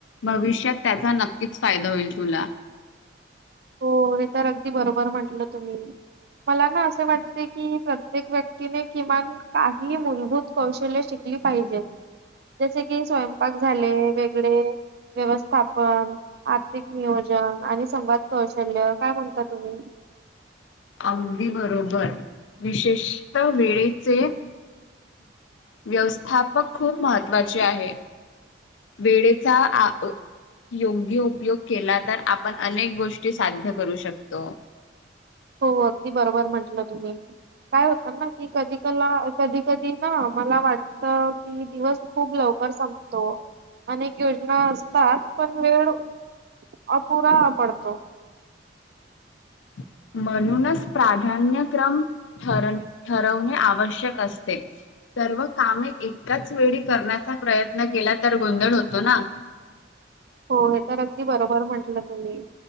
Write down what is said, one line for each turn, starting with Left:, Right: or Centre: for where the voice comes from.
Left: भविष्यात त्याचा नक्कीच फायदा होईल तुला
Right: हो हे तर अगदी बरोबर म्हंटल तुम्ही मला ना असं वाटते की प्रत्येक व्यक्तीने किमान काही मूलभूत कौशल्य शिक पाहिजे जसे की स्वयपा पाक झाले ल वेगळे व्यवस्थापन आर्थिक नियोजन आणि संवाद कौशल्य काय म्हणता तुम्ही
Left: अगदी बरोबर विशेष्ट वेळीचे व्यवस्थापक खूप महत्त्वाचे आहे. वेळेचा योग्य उपयोग केला तर, आपण अनेक गोष्टी साध्य करू शकतो.
Right: हो अगदी बरोबर म्हंटलं तुम्ही. काय होत ना? की कधी ला क कधी कधी ना मला वाटत की दिवस खूप लव ल संपतो अनेक योजना असतात पण वेळ अ पूरा पडतो.
Left: <inaudible> म्हणूनच प्राधान्यक्रम ठर ठरवणे आवश्यक असते. सर्व कामे एकाच वेळी करण्याचा प्रयत्न केला, तर गोंधळ होतो ना?
Right: हो हे तर अगदी बरोबर म्हंटलं तुम्ही.